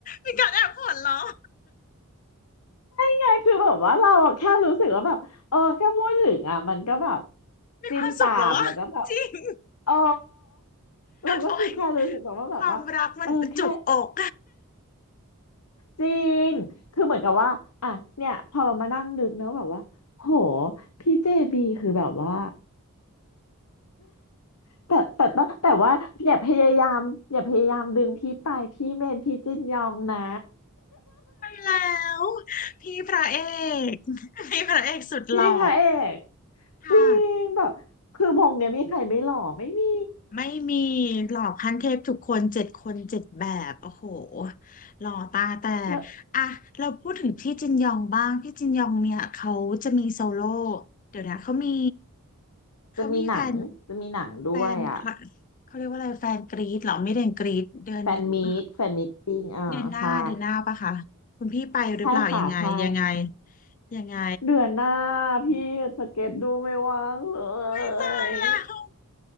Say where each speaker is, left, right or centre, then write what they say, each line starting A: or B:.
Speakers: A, on the left; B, on the left.
A: มีการแอบหัวเราะ
B: ไงคือแบบว่าเราอะแค่รู้สึกว่าแบบเออแค่พูดถึงอ่ะมันก็แบบ
A: มีความสุขแล้ววะจริง
B: จิ้นตามแล้วก็แบบ เออเราก็คือแค่รู้สึกแบบว่าแบบว่าเออแค่
A: โอ้ยความรักมันจุกอก
B: จริงคือเหมือนกับว่าอ่ะเนี่ยพอเรามานั่งนึกเนอะแบบว่าโหพี่เจบีคือแบบว่า <gasps> แต่แต่แต่แต่ว่าอย่าพยายามอย่าพยายามดึงพี่ไปพี่เมนพี่จินยองนะ
A: แล้วพี่พระเอก <laughs> พี่พระเอกสุดหล่อ
B: พี่พระเอก
A: ค่ะ
B: จริงแบบคือวงเนี้ยมีใครไม่หล่อไม่มี
A: ไม่มีหล่อขั้นเทพทุกคนเจ็ดคนเจ็ดแบบโอ้โหหล่อตาแตกอ่ะเราพูดถึงพี่จินยองบ้างพี่จินยองเนี่ยเขาจะมีโซโล่
B: แล้ว
A: เดี๋ยวนะเขามีเขามีแฟน
B: จะมีหนังจะมีหนังด้วยอ่ะ
A: แฟนคลับเขาเรียกว่าอะไรแฟนกรีดเหรอไม่เดือนกรีดเดือนนี้ปะคะ
B: แฟนมีตแฟนมีตติ้งอ่าใช่
A: เดือนหน้าเดือนหน้าปะคะคุณพี่ไปหรือเปล่ายังไงยังไง
B: ใช่ค่ะใช่
A: ยังไง
B: เดือนหน้าพี่สเก็ตดูไม่ว่างเล
A: อุ้ยตายแล้ว
B: ย